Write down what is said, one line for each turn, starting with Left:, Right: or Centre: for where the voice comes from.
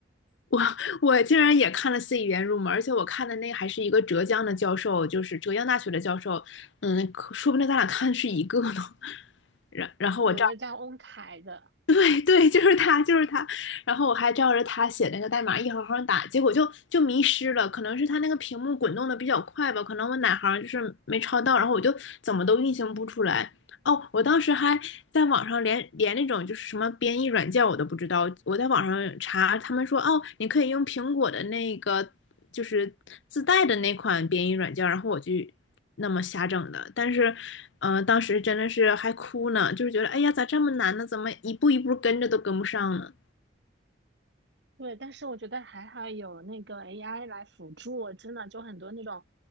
Left: 我我竟然也看了 C 语言入门，而且我看的那还是一个浙江的教授，就是浙江大学的教授，嗯，可说不定咱俩看的是一个呢。<laughs> 然然后我丈
Right: 有个叫翁凯的，
Left: <laughs> 对对，就是他，就是他。然后我还照着他写那个代码一行行打，结果就就迷失了。可能是他那个屏幕滚动的比较快吧，可能我哪行就是没抄到，然后我就怎么都运行不出来。哦，我当时还在网上连连那种就是什么编译软件我都不知道，我在网上查，他们说哦，你可以用苹果的那个就是自带的那款编译软件，然后我就那么瞎整的。但是，嗯，当时真的是还哭呢，就是觉得哎呀，咋这么难呢？怎么一步一步跟着都跟不上呢？
Right: 对，但是我觉得还好有那个 AI 来辅助，真的就很多那种